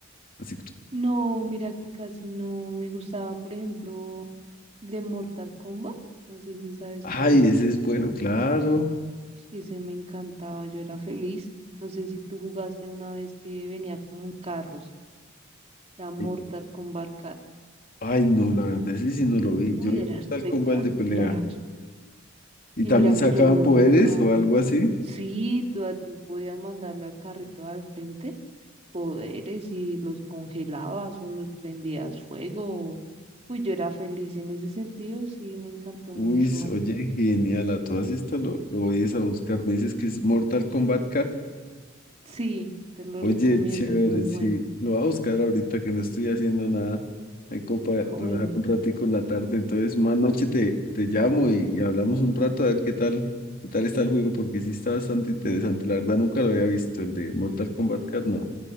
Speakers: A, on the left; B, on the right.
A: Así,
B: No, mira que casi no me gustaba, por ejemplo, de Mortal Kombat, no sé si sabes
A: ay,
B: cuál es,
A: ese es bueno, claro.
B: ese me encantaba, yo era feliz, no sé si tú jugaste una vez que venía como en carros, la Mortal
A: Eh,
B: Kombat Car,
A: Ay, no, la verdad, ese sí no lo vi.
B: uy,
A: Yo vi
B: era
A: Mortal
B: espectacular,
A: Kombat el de pelea. Y
B: y
A: también
B: mira que
A: sacaban
B: yo lo he buscado.
A: poderes o algo así.
B: Sí, tú, tú podías mandarle al carrito al frente poderes y los congelabas o los prendías fuego. Uy, yo era feliz en ese sentido, sí, me encantó mucho.
A: Uy, s- oye, genial, a todas estas lo, lo voy a buscar. Me dices que es Mortal Kombat
B: Sí, te lo
A: Oye,
B: recomiendo,
A: chévere,
B: es muy bueno.
A: sí. Lo voy a buscar ahorita que no estoy haciendo nada. Hay copa,
B: <laughs> Ah, Bueno,
A: relajar un ratico en la tarde. Entonces, más noche te, te llamo y, y hablamos un rato a ver qué tal, qué tal está el juego, porque sí está bastante interesante. La verdad nunca lo había visto, el de Mortal Kombat Card, no.